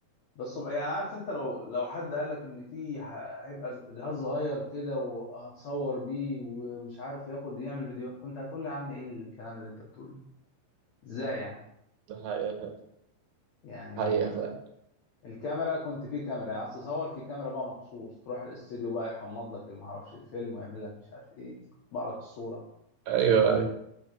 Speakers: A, on the left; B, on the right.
A: بس يعني عارف انت لو لو حد قال لك ان في ه- هيبقى جهاز صغير كده وهتصور بيه ومش عارف ياخد يعمل فيديو كنت هتقول لي يا عم ايه الكلام اللي انت بتقوله ازاي يعني
B: ده حقيقة فعلا.
A: يعني
B: حقيقة فعلا
A: الكاميرا كنت في كاميرا يعني عايز تصور في كاميرا بقى مخصوص تروح الاستديو بقى يحمض لك اللي معرفش الفيلم ويعمل لك مش عارف ايه يطبع لك الصورة
B: ايوه ايوه